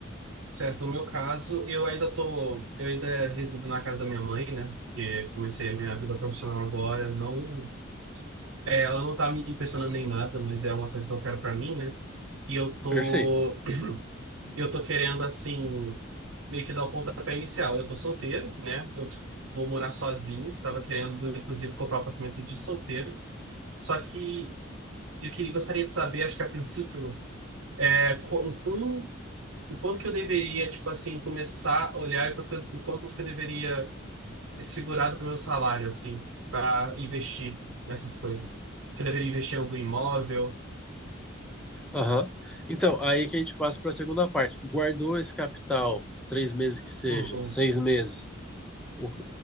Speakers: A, on the right; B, in the centre.
A: Certo, no meu caso, eu ainda tô, eu ainda resido na casa da minha mãe, né? Que comecei a minha vida profissional agora, não É, ela não tá me impressionando nem nada, mas é uma coisa que eu quero pra mim, né? E eu tô,
B: Perfeito.
A: <clears throat> eu tô querendo, assim, meio que dar o pontapé inicial. Eu tô solteiro, né? Eu vou morar sozinho. Tava querendo, inclusive, comprar um apartamento de solteiro. Só que se- eu queria, gostaria de saber, acho que a princípio, é, co- o como, o quanto que eu deveria, tipo assim, começar a olhar e quanto que eu, o quanto que eu deveria segurar do meu salário, assim, pra investir nessas coisas. Se eu deveria investir em algum imóvel.
B: Aham. Então, aí que a gente passa para a segunda parte. Guardou esse capital, três meses que seja,
A: Uhum,
B: seis meses. O,